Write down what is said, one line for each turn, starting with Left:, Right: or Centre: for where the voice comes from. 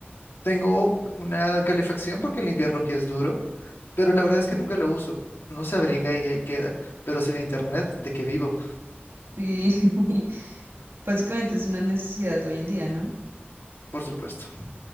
Left: tengo una calefacción porque el invierno aquí es duro, pero la verdad es que
Right: Ok.
Left: nunca lo uso. Uno se abriga y ahí queda, pero sin internet, ¿de qué vivo?
Right: Sí, <laughs> básicamente es una necesidad de hoy en día, ¿no?
Left: Por supuesto.